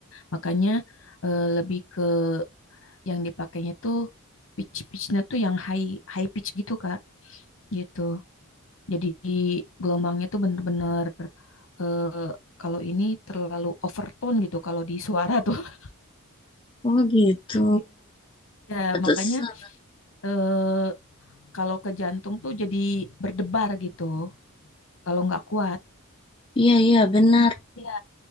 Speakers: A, on the left; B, on the left.
A: Makanya eh, lebih ke yang dipakainya tuh pitch-pitchnya tuh yang high high pitch gitu, Kak. Gitu. Jadi gelombangnya tuh bener-bener eh, kalau ini terlalu overtone gitu kalau di suara tuh. <laughs>
B: Oh gitu.
A: Gitu. Ya,
B: Pantesan.
A: makanya eh, kalau ke jantung tuh jadi berdebar gitu kalau nggak kuat.
B: Iya iya benar.
A: Jadi ya,